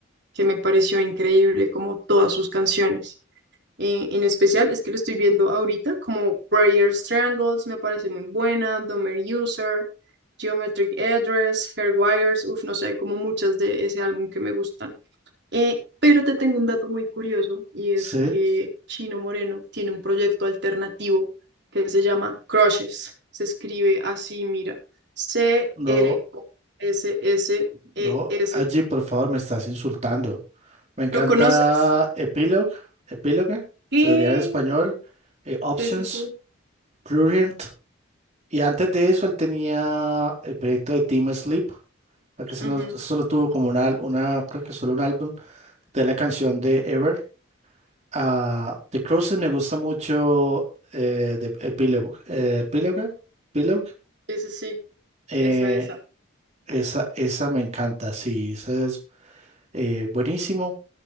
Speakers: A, on the right; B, on the right.
A: que me pareció increíble como todas sus canciones. eh, en especial es que lo estoy viendo ahorita, como Prayers Triangles, me parece muy buena, Domer User, Geometric Address, Hairwires, uff, no sé, como muchas de ese álbum que me gustan. Eh, pero te tengo un dato muy curioso y
B: sí,
A: es que Chino Moreno tiene un proyecto alternativo que se llama Crushes. Se escribe así, mira, C-R-S-S-E-S.
B: no, no,
A: -S -S. e s
B: allí
A: s
B: por favor me estás insultando. Me encanta
A: lo conoces?
B: Epilogue, Epilogue,
A: ¿Qué?
B: sería en español, eh, Options,
A: Sí, sí, sí.
B: Prurient. Y antes de eso, él tenía el proyecto de Team Sleep, la que se
A: Ujú.
B: nos- solo tuvo como una, una, creo que solo un álbum de la canción de Ever. Ah, The Cruises me gusta mucho eh, de Epilogue. Eh, Epilogue, Epilogue,
A: Sí, sí, sí.
B: eh,
A: Esa, esa.
B: esa, esa me encanta, sí, esa es eh, buenísimo.